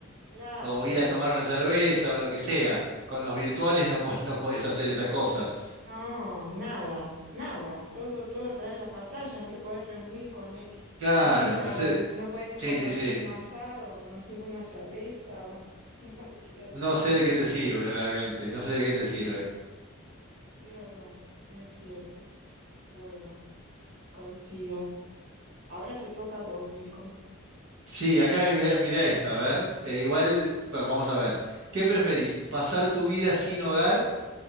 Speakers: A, on the right (about 75°); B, on the right (about 60°).
A: claro.
B: o ir a tomar una cerveza o lo que sea. Con los virtuales no, po- <laughs> no podés hacer esas cosas.
A: No, nada, nada. Todo, todo a través de la pantalla. No te podés reunir con él,
B: Claro,
A: con él, a-
B: no sé,
A: no pueden
B: sí,
A: compartir
B: sí, sí,
A: un asado, o como decís, una cerveza o <laughs> un partido de
B: no
A: tenis.
B: sé de qué te sirve realmente,
A: No,
B: no sé
A: no,
B: de qué te sirve.
A: es verdad, es cierto. Bueno, coincido. Ahora te toca a vos, Nico.
B: Sí, acá mira, mira esta, a ver. eh, igual, bueno, vamos a ver. ¿Qué preferís? ¿Pasar tu vida sin hogar